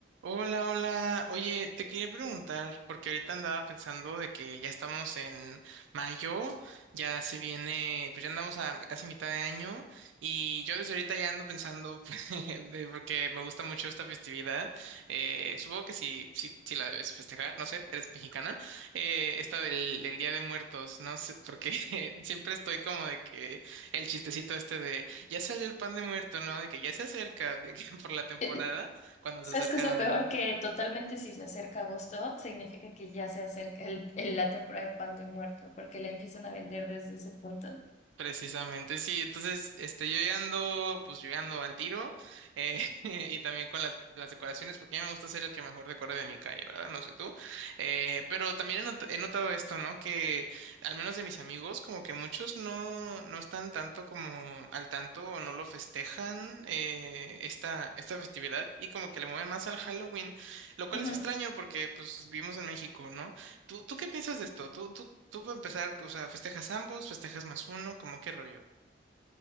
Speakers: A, on the right; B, on the left.
A: Hola, hola. Oye, te quería preguntar, porque ahorita andaba pensando de que ya estamos en mayo, ya se viene, pues ya andamos a, a casi mitad de año, y yo desde ahorita ya ando pensando, <laughs> de- porque me gusta mucho esta festividad, eh, supongo que sí, sí, sí la debes festejar, no sé, eres mexicana, eh, esta del, del Día de Muertos, no sé, porque <laughs> siempre estoy como de que el chistecito este de, ya salió el pan de muerto, ¿no? De que ya se acerca, de que <laughs> por la temporada
B: Eh,
A: cuando
B: ¿Sabes
A: se acerca
B: qué es lo peor? Que totalmente si se acerca agosto, significa que ya se acerca el- el- la temporada de pan de muerto, porque la empiezan a vender desde ese punto.
A: precisamente. Sí, entonces, este, yo ya ando, pues yo ya ando al tiro eh, <laughs> y también con las, las decoraciones, porque a mí me gusta ser el que mejor decore de mi calle, ¿verdad? No sé tú. Eh, pero también he, not- he notado esto, ¿no? Que al menos de mis amigos, como que muchos no, no están tanto como al tanto o no lo festejan eh, esta, esta festividad y como que le mueven más al Halloween, lo cual
B: Ujú.
A: es extraño porque pues vivimos en México, ¿no? ¿Tú, tú qué piensas de esto? ¿Tú, tú, tú para empezar, o sea, festejas ambos, festejas más uno, como qué rollo?